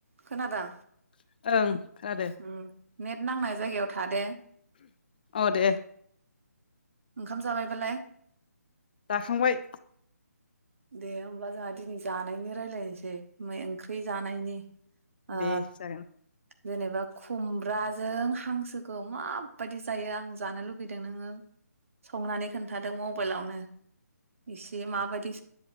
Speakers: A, on the right; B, on the left.
A: खोनादों
B: ओं खोनादो
A: उम नेत नांनाय जायगायाव थादो
B: अ दे
A: ओंखाम जाबायबालाय
B: जाखांबाय
A: दे होमबा जोंहा दिनै जानायनि रायजलायनोसै मै ओंख्रि जानायनि ओ
B: दे जागोन
A: जेनेबा खुमब्राजों हांसोखौ माबायदि जायो आं जानो लुगैदों नोङो संनानै खोन्थादों मबाइलावनो एसे माबादि